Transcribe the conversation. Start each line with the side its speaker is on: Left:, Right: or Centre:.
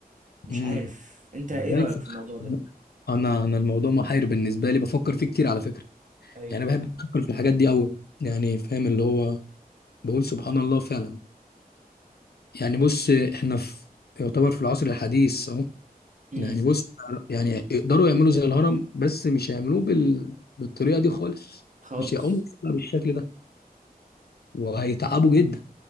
Right: مش
Left: امم
Right: عارف انت ايه
Left: ازاي
Right: رأيك
Left: صح
Right: في الموضوع ده
Left: انا انا الموضوع محير بالنسبه لي بفكر فيه كتير على فكره
Right: ايوه
Left: يعني بحب افكر في الحاجات دي قوي يعني فاهم اللي هو بقول سبحان الله فعلا يعني بص احنا في يعتبر في العصر الحديث اهو
Right: امم
Left: يعني بص يعني يقدروا يعملوا زي الهرم بس مش هيعملوه بال... بالطريقه دي خالص
Right: خالص
Left: مش هيقوموا بيها بالشكل ده وهيتعبوا جدا